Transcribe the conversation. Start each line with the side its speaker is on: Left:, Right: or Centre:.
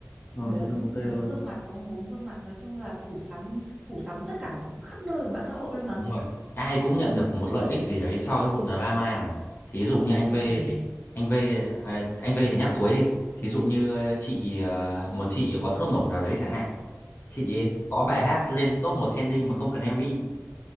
Centre: Bốn
Left: ờ truyền thông ok luôn
Centre: bốn gương mặt đúng không? Bốn gương mặt nói chung là phủ sóng phủ sóng tất cả khắp nơi ở mạng xã hội luôn mà.
Left: đúng rồi ai cũng nhận được một lợi ích gì đấy sau cái vụ drama này thí dụ như anh
Centre: Chứ
Left: V
Centre: còn gì.
Left: thì anh V à, anh V thì nhắc cuối đi thí dụ như ờ, chị ờ, một chị có thuốc nổ nào đấy chẳng hạn chị ấy có bài hát lên top một trending mà không cần MV